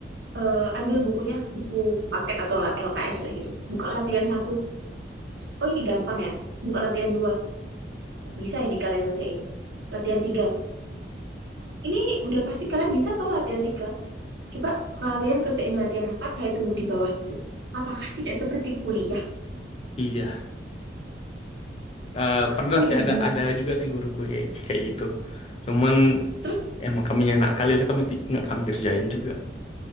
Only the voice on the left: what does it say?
iya. Eh,
pernah sih
ada
ada juga sih guruku kayak kayak gitu. Cuman
emang kami nakal kali udah kami ti- nggak kami kerjain juga.